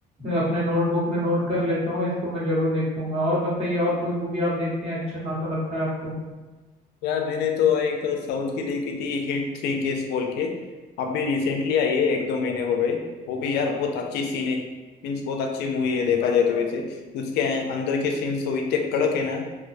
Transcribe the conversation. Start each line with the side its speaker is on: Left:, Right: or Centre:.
Right: अपने नोटबुक में नोट कर लेता हूँ इसको मैं जरूर देखूंगा और बताइए और कोई मूवी आप देखते हैं अच्छा खासा लगता है आपको
Left: यार मैंने तो एक साउथ की देखी थी हिट थ्री केस बोल के अभी रिसेंटली आई है एक दो महीने हो गए वो भी यार बहुत अच्छी सीन है मीन्स बहुत अच्छी मूवी है देखा जाए तो वैसे उसके अंदर के सीन्स तो इतने कड़क है ना